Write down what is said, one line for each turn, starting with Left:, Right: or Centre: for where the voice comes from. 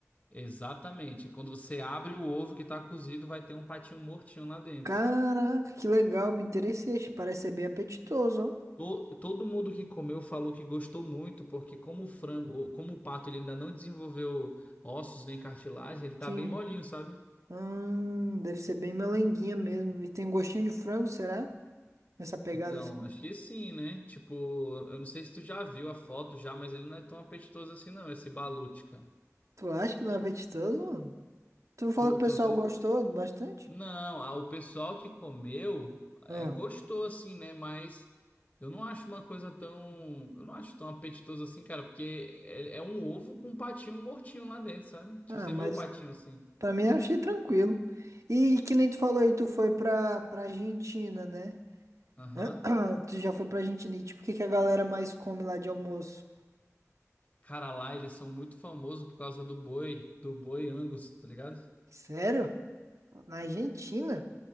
Left: Exatamente. Quando você abre o ovo que tá cozido, vai ter um patinho mortinho lá dentro.
Right: Caraca, que legal, me interessei. acho que Parece ser bem apetitoso, ó.
Left: To- Todo mundo que comeu falou que gostou muito, porque como o frango, como o pato, ele ainda não desenvolveu ossos nem cartilagem, ele tá
Right: Sim.
Left: bem molinho, sabe?
Right: Hum, deve ser bem melenguinha mesmo. E tem um gostinho de frango, será? Nessa pegada
Left: Então,
Right: assim.
Left: acho que sim, né? Tipo, eu não sei se tu já viu a foto já, mas ele não é tão apetitoso assim, não, esse balute, cara.
Right: Tu acha que não é apetitoso, mano? Tu não falou
Left: Tu,
Right: que o pessoal
Left: tu, tu,
Right: gostou bastante?
Left: Não, ah, o pessoal que comeu é,
Right: Ah,
Left: gostou assim, né? Mas eu não acho uma coisa tão. Eu não acho tão apetitoso assim, cara, porque é, é um ovo com um patinho mortinho lá dentro, sabe? Tipo,
Right: ah,
Left: você
Right: mas
Left: vê o patinho assim.
Right: pra mim eu achei tranquilo. E que nem tu falou aí, tu foi pra, pra Argentina, né?
Left: Aham.
Right: <clears throat> Tu já foi pra Argentina e tipo, o que que a galera mais come lá de almoço?
Left: Cara, lá eles são muito famosos por causa do boi, do boi Angus, tá ligado?
Right: Sério? Na Argentina?